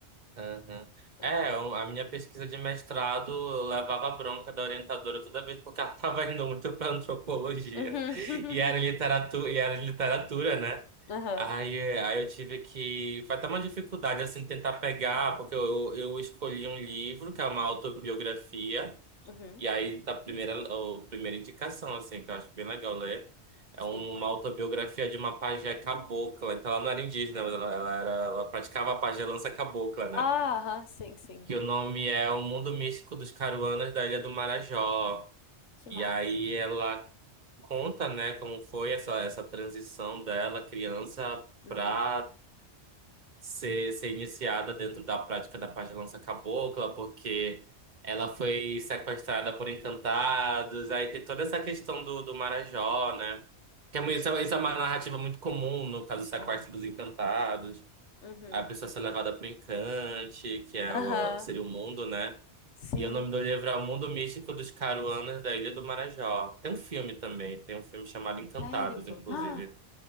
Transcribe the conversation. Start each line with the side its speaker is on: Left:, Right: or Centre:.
Right: Uhum.
Left: É.
Right: É, eu- a minha pesquisa de mestrado eu levava bronca da orientadora toda vez porque ela <laughs> estava indo muito para antropologia
Left: Uhum.
Right: e era
Left: <laughs>
Right: literatura, e era literatura, né?
Left: Aham.
Right: Aí, aí eu tive que. Foi até uma dificuldade assim tentar pegar, porque eu, eu escolhi um livro que é uma autobiografia,
Left: Uhum.
Right: e aí tá a primeira, a primeira indicação, assim, que eu acho bem legal ler. É
Left: Sim.
Right: uma autobiografia de uma pajé cabocla. Então ela não era indígena, mas ela, ela, era, ela praticava a pajelança cabocla, né?
Left: Ah, aham, sim, sim.
Right: que o nome é O Mundo Místico dos Caruanas da Ilha do Marajó.
Left: Que massa.
Right: E aí ela conta, né, como foi essa, essa transição dela, criança,
Left: Uhum.
Right: para ser, ser iniciada dentro da prática da pagelança cabocla, porque ela foi sequestrada por encantados. Aí tem toda essa questão do, do Marajó, né? Que é, mu- isso é isso é uma
Left: Sim.
Right: narrativa muito comum no caso do sequestro
Left: Aham.
Right: dos encantados.
Left: Uhum.
Right: A pessoa é ser levada para o encante, que é
Left: Aham.
Right: o, seria o mundo, né?
Left: Sim,
Right: E o nome do livro é O Mundo Místico dos Caruanas da Ilha do Marajó. Tem um filme também, tem um filme chamado Encantados,
Left: sério?
Right: inclusive,
Left: <gasps> Ah,